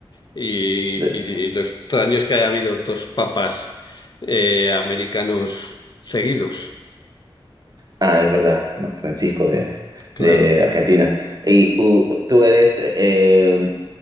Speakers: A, on the left; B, on the right.
A: y,
B: De-
A: y- y lo extraño es que haya habido dos papas eh, americanos seguidos.
B: ah, es verdad, ¿no? Francisco de,
A: Claro.
B: de Argentina. Y u- tú eres... eh,